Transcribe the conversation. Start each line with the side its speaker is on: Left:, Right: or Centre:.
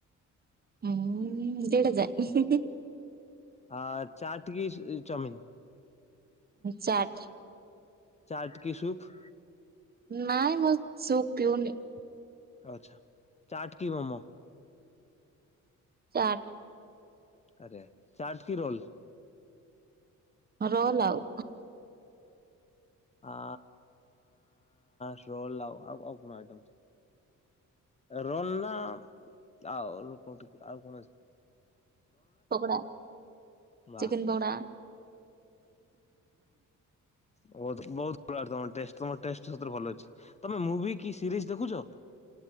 Right: ହୁଁ ଦିଟା ଯାକ।
Left: ଆ ଚାଟ କି ଚାଉମିନ?
Right: ଚାଟ୍।
Left: ଚାଟକି ସୂପ?
Right: ନାଇଁ ମୁଁ ସୁପ୍ ପିଉନି।
Left: ଆଚ୍ଛା ଚାଟ କି ମୋମୋ?
Right: ଚାଟ୍।
Left: ଆରେ ଚାଟ୍ କି ରୋଲ?
Right: ରୋଲ୍ ଆଉ।
Left: ଆ ରୋଲ୍ ଆଉ ଆଉ କଣ ଆଇଟମ ଅଛି ରୋଲ୍ ନା ଆଉ ଆଉ କ
Right: ପକଡ଼ା
Left: ବା
Right: ଚିକେନ ପକଡ଼ା।
Left: ବହୁତ ବହୁତ ଭଲ ତମ ଟେଷ୍ଟ ତମ ଟେଷ୍ଟ ସତରେ ଭଲ ଅଛି ତମେ ମୁଭି କି ସିରିଜ ଦେଖୁଛ?